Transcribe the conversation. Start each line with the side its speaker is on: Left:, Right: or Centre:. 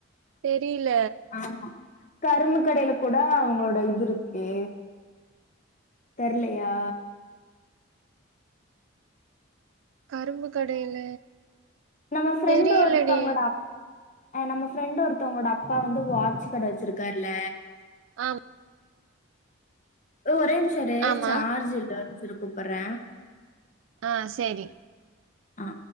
Right: தெரியல
Left: ஆமா கரும்பு கடையில கூட அவுங்களோட இதுருக்கே தெர்லயா
Right: கரும்பு கடையில
Left: நம்ம ஃப்ரெண்டு
Right: தெரியலடி
Left: ஒருத்தவுங்களோட அக் அ நம்ம ஃப்ரெண்ட் ஒருத்தவுங்ளோட அப்பா வந்து வாட்ச் கட வச்சுருக்காருல
Right: ஆம்
Left: ஃப்ரோ ஒரே ஒரு நிமிஷோ இரு
Right: ஆமா
Left: சார்ஜ் இல்ல செரி கூப்பற்றே
Right: ஆ செரி
Left: ஆ